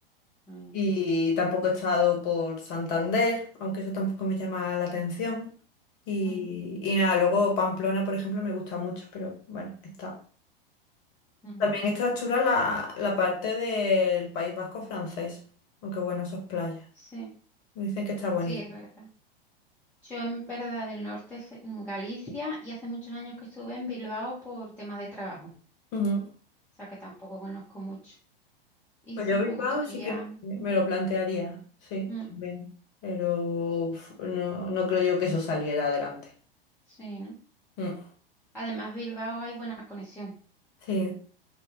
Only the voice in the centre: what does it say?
ujú,
ujú,
ujú.
Sí,
sí, es verdad. Yo en verdad del norte, se- en Galicia, y hace muchos años que estuve en Bilbao por temas de trabajo, o
sea que tampoco conozco mucho. Y
sí,
me
gustaría,
ujú,
ujú,
sí, ¿no?
Además, Bilbao hay buena conexión.